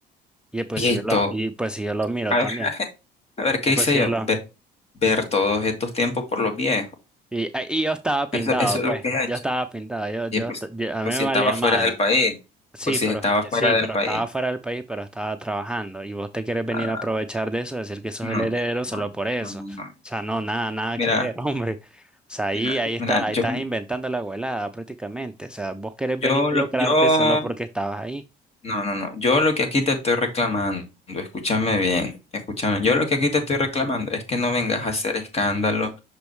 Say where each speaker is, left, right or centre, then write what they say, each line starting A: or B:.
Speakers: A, in the centre; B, on the left (about 35°).
A: Y pues
B: y
A: si
B: esto,
A: yo lo, y pues si yo lo miro
B: a
A: también.
B: ver, a ver, ¿qué
A: Y pues
B: hice
A: si
B: yo?
A: yo lo,
B: Ve- ver todos estos tiempos por los viejos,
A: y, ah, y yo estaba pintado,
B: eso, eso es
A: pues.
B: lo que he hecho.
A: Yo estaba pintado. Yo, yo,
B: Y pues,
A: yo- a
B: pues
A: mí me
B: si
A: valía
B: estaba fuera
A: madre.
B: del país,
A: Sí,
B: pues si
A: pero
B: estaba
A: est-
B: fuera
A: sí,
B: del
A: pero
B: país,
A: estaba fuera del país, pero estaba trabajando. Y vos te quieres venir
B: ah,
A: a aprovechar de eso, decir que sos
B: no,
A: el heredero solo
B: no,
A: por eso.
B: no, no,
A: O
B: no.
A: sea, no, nada, nada
B: Mira,
A: que ver, <laughs> hombre. O sea, ahí,
B: mira,
A: ahí está,
B: mira,
A: ahí
B: yo,
A: estás inventando la abuelada prácticamente. O sea, vos querés venir
B: yo,
A: a
B: lo-
A: lucrarte
B: yo
A: solo porque estabas ahí.
B: No, no, no. Yo lo que aquí te estoy reclamando, escúchame bien, escúchame. Yo lo que aquí te estoy reclamando es que no vengas a hacer escándalo